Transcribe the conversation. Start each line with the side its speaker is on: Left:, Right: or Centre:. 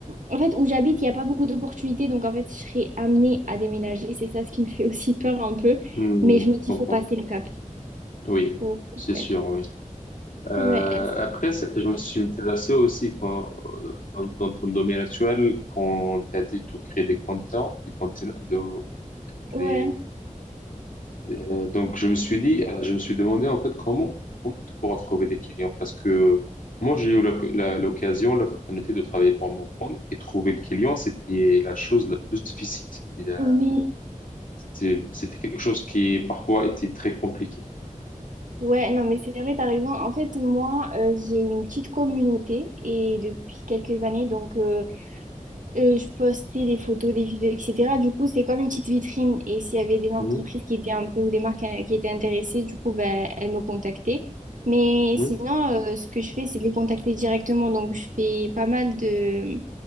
Right: en fait, où j'habite, il n'y a pas beaucoup d'opportunités. Donc, en fait, je serais amenée à déménager. C'est ça ce qui me fait aussi peur un peu.
Left: Mhm,
Right: Mais je me
Left: Je
Right: dis,
Left: comprends.
Right: faut passer le cap.
Left: Oui,
Right: Faut- faut
Left: c'est
Right: le
Left: sûr,
Right: faire.
Left: oui. Euh,
Right: Ouais, est-ce-
Left: après, ça- je me suis intéressé aussi quand, euh, dans, dans ton domaine actuel, quand tu as dit tout créer des contenants, des contenants, de-
Right: ouais,
Left: des, euh, donc je me suis dit, euh, je me suis demandé en fait comment, comment tu pourras trouver des clients parce que moi j'ai eu l'oc- la- l'occasion, l'opportunité de travailler pour mon compte et trouver le client, c'était la chose la plus difficile. C'était la-
Right: oui.
Left: c'était c'était quelque chose qui parfois était très compliqué.
Right: Ouais, non, mais c'est vrai, t'as raison. En fait, moi, euh, j'ai une petite communauté et depuis quelques années, donc, euh, Euh, je postais des photos, des vidéos, etc. Du coup, c'est comme une petite vitrine. Et s'il y avait des entreprises
Left: Mhm,
Right: qui étaient un peu ou des marques euh, qui étaient intéressées, du coup, ben, elles me contactaient. Mais
Left: mhm.
Right: sinon, euh, ce que je fais, c'est de les contacter directement. Donc, je fais pas mal de,